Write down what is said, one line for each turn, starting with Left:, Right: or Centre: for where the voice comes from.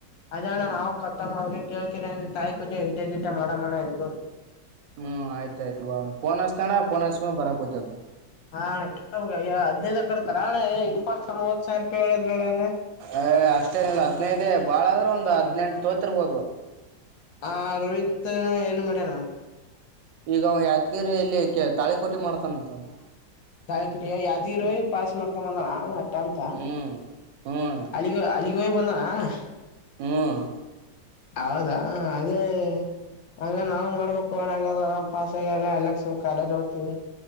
Left: ಅದಣ್ಣ ನಾವು ಕತ್ತ ಕೇಳ್ಕ ತಾಯಿ ಕೂಜ ಇತ್ಯದತೆ ಮಾಡ ಮಾಡಣ ಇಬ್ರು
Right: ಹ್ಮ್ ಆಯ್ತಾಯ್ು ಬಳಣ ೋ ಹಸತಣ ಫೋನ್ ಹಸ್ಮ ಬರಕ್ೋತವಂತ
Left: ಹಣ ಕೆ ಅದ್ದದ ಕಡ್ತಾರಣ ಇಪ್ಪತ್ತು ಮೂವತ್ ಸಾವಿರ ರೂಪಾಯಿ ಹೇಳಿದ್ರಣ್ಣ
Right: ಏ ಅಷ್ಟೇನಿಲ್ಲ ಹದ್ನೈದೇ ಬಾಳ ಆದ್ರೂ ಒಂದ್ ಹದ್ನೆಂಟು ತೋತಿರ್ಬೋದು
Left: ಹಾ ರೋಹಿತ ಎಲ್ಲಿ ಮ ನ
Right: ಈಗ ಯಾದಗಿರಿ ಇಲ್ಲಿ ತಾಳಿ ಕೋಟೆ ಮಾಡ್ತಾನಂತ ಅವನು
Left: ತಾಯಕಡ ಯ್ದಿ ಇರುವ ಪಾಸ್ ಮಾಡ್ಕೊಂಬ ಬಂದಳ ನ ಅಂತ
Right: ಹ್ಮ್ ಹ್ಮ್ ಅಣ್ಣ
Left: ಅಲ್ಲಿಗೆ ಅಲ್ಲಿಗೆ ಹೋಗಿ ಬಂದಾನಣ
Right: ಹ್ಮ್
Left: ಹೌದಾ ಅದೇ ಹಂಗ ನಾ್ ಮಾಡ್ಬೇಕುಣಂಗ ಪಾಸ್ ಆಗಲ್ಲ ಎಲ್ಲಕ್ ಸುಮ್ ಕಾಲೇ್ ಓದ್ತಿೀವಿ